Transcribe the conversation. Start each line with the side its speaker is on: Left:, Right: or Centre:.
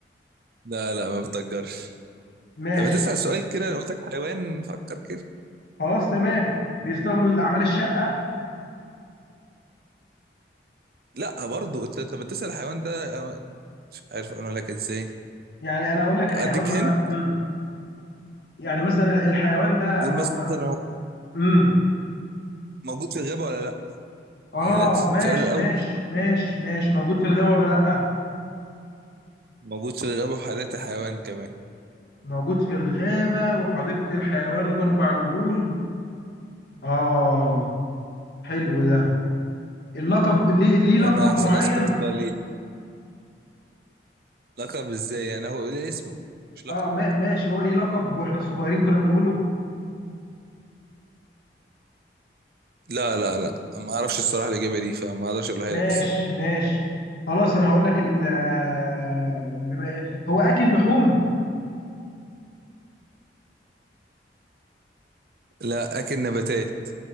Right: لا لا ما بتأجرش
Left: ماشي
Right: طب بتسأل سؤال كده أنا قلت لك حيوان فكر كده
Left: خلاص تمام بيستخدم لأعمال الشقة
Right: لا برضه أنت طب بتسأل الحيوان ده أنا مش عارف أقول لك إزاي
Left: يعني انا اقول لك
Right: طب
Left: الحيوان
Right: أديك
Left: ما
Right: هنت
Left: انا مم. يعني مثلا الحيوان ده
Right: قول
Left: ما
Right: مثلا
Left: ما
Right: هو
Left: مم.
Right: موجود في الغابة ولا لا
Left: اه
Right: يعني ده
Left: ماشي
Right: السؤال الأول
Left: ماشي ماشي ماشي موجود في الغابة ولا لأ
Right: موجود في الغابة وحالته حيوان كمان
Left: موجود في الغابة وحديقة الحيوان وباربع رجول اه حلو ده اللقب ليه ليه
Right: وأنا
Left: لقب
Right: سأسقط
Left: معين
Right: عليه لقب إزاي يعني هو ليه اسمه مش لقب
Left: اه ما- ماشي هو ليه لقب واحنا صغيرين كنا بنقوله
Right: لا لا لا ما أعرفش الصراحة الإجابة دي فما أقدرش أقولها
Left: ماشي
Right: لك الصراحة
Left: ماشي خلاص انا هقول لك ال آه، بما إيه، هو اكل لحوم
Right: لا أكل نباتات